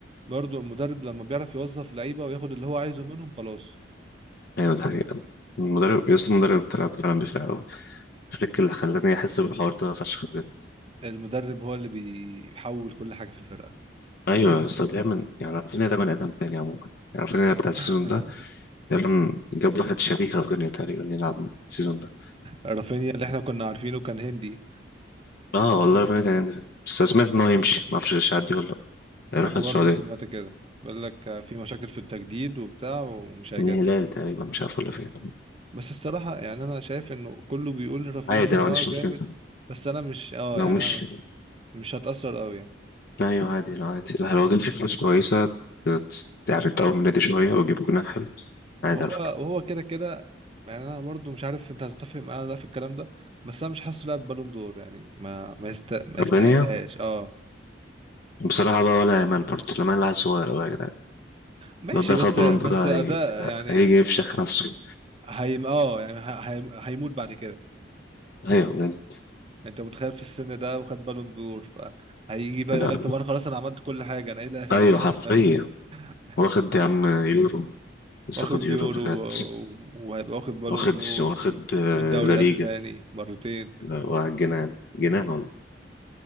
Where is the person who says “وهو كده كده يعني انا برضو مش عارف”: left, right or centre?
Right